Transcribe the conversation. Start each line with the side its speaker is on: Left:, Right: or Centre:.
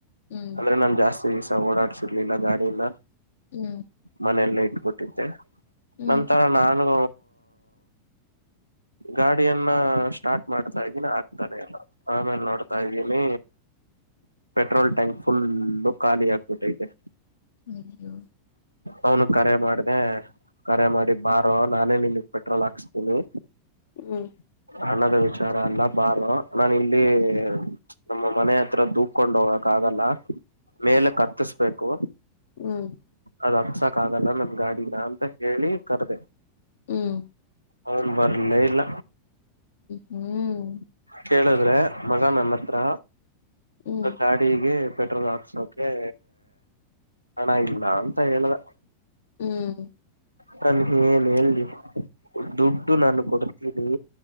Left: ಹ್ಮ್
Right: ಅಂದ್ರೆ ನಾ ಜಾಸ್ತಿ. ಓಡಾಡ್ಸರ್ಲಿಲ್ಲ ಗಾಡಿನ
Left: ಹ್ಮ.
Right: ಮನೆಯಲ್ಲ ಇಟ್ಬಿಟ್ಟಿದ್ದೆ
Left: ಹ್ಮ್
Right: ನಂತ ನಾನು ಗಾಡಿಯನ್ನ ಸ್ಟಾರ್ಟ್ ಮಾಡ್ತಾ ಇದೀನಿ ಆಗ್ತಾನೆ ಇಲ್ಲ ಆಮೇಲ ನೋಡ್ತಾ ಇ ಮ ಪೆಟ್ರೋಲ್ ಟ್ಯಾಂಕ್ ಫುಲ್ಲು ಖಾಲಿ ಆಕ್ಬಿಟ್ಟೈತೆ.
Left: ಅಯ್ಯೋ
Right: ಅವನು ಕರೆ ಮಾಡ್ದ ಕರೆ ಮಾಡಿ ಬಾರೋ ನಾನೇ ನಿಮಗ್ ಪೆಟ್ರೋಲ್ ಹಾಕ್ಸ ಹಲೋ
Left: ಹುಂ
Right: ಹಣದ ವಿಚಾರ ಅಲ್ಲಾ ಬಾರೊ ನಾನು ಇಲ್ಲಿ ನಮ್ಮ ಮನೆ ಹತ್ರ ದೂಕ್ಕೊಂಡ್ ಹೋಗಕ್ ಆಗಲ್ಲಾ ಮೇಲೆ ಕತ್ತರಸ್ ಬೇಕು
Left: ಹುಂ
Right: ಅದ್ ಅತ್ಸಕ ಆಗಲ್ಲ ನಾನ್ ಗಾಡಿನ ಅಂತ ಹೇಳಿ ಕರ್ದೆ
Left: ಹುಂ
Right: ಅವನ ಬರಲೇ ಇಲ್ಲ
Left: ಹುಂ
Right: ಕೇಳಿದ್ರೆ ಮಗ ನನ್ನ ಹತ್ರ
Left: ಹ್ಮ್
Right: ಗಾಡಿಗೆ ಪೆಟ್ರೋಲ್ ಹಾಕ್ಸ ಅ ಹಣ ಇಲ್ಲಾ ಅಂತ ಹೇಳ್ದಾ
Left: ಹುಂ
Right: ನಾನ ಏನ್ ಹೇಳ ದುಡ್ಡು ನಾನು ಕೊಡ್ತಿದ್ದೀ